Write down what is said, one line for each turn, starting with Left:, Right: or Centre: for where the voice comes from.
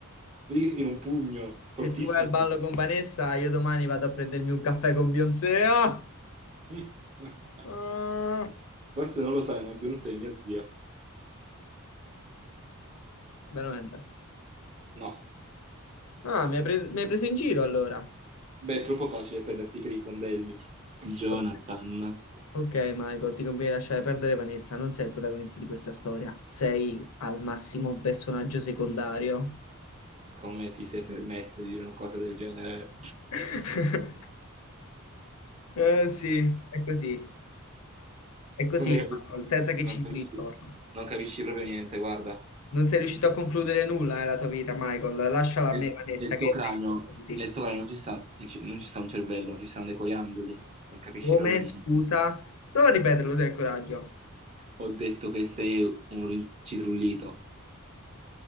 Right: Vedi che ti tiro un pugno, fortissimo.
Left: Se tu vai al ballo con Vanessa, io domani vado a prendermi un caffè con Beyoncé. Ah!
Right: <laughs>
Left: Ah,
Right: Forse non lo sai, ma Beyoncé è mia zia.
Left: Veramente.
Right: No,
Left: Ah, mi hai, pre- mi hai preso in giro allora.
Right: beh, è troppo facile prenderti per i fondelli. Jonathan,
Left: Ok. Ok, Michael, ti conviene lasciare perdere Vanessa, non sei il protagonista di questa storia, sei al massimo un personaggio secondario.
Right: come ti sei permesso di dire una cosa del genere?
Left: <laughs> Eh, sì, è così, è così,
Right: Non hai capito.
Left: Michael, senza che ci
Right: Non capisci,
Left: giri intorno.
Right: non capisci proprio niente, guarda.
Left: Non sei riuscito a concludere nulla nella tua vita, Michael. Lasciala
Right: E-
Left: a me, Vanessa,
Right: Nel
Left: che
Right: tuo cranio,
Left: è meglio per tutti.
Right: nel tuo cranio non ci sta, il ce- non ci sta un cervello, ci stanno dei coriandoli, non capisci
Left: Come?
Right: proprio niente.
Left: Scusa? Prova a ripeterlo se hai il coraggio.
Right: Ho detto che sei un rincitrullito.